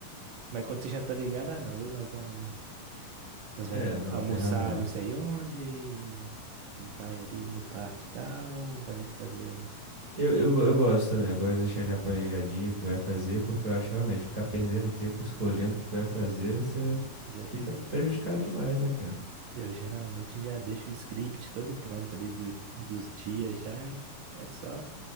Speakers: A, on the right (about 75°); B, on the right (about 45°).
A: Mas quando você já tá ligado, ah, não, hoje nós vamos, nós vamos
B: É, não,
A: almoçar
B: tem razão.
A: não sei onde e, e vai ali no parque e tal, vai fazer. um-
B: Eu, eu, go- eu gosto também, eu gosto de deixar já planejadinho o que vai fazer, porque eu acho que realmente ficar perdendo tempo escolhendo o que vai fazer,
A: Não,
B: você
A: você já
B: fica
A: tem.
B: prejudicado demais, né, cara?
A: Eu geralmente já deixo o script todo pronto ali do, dos dias, já é só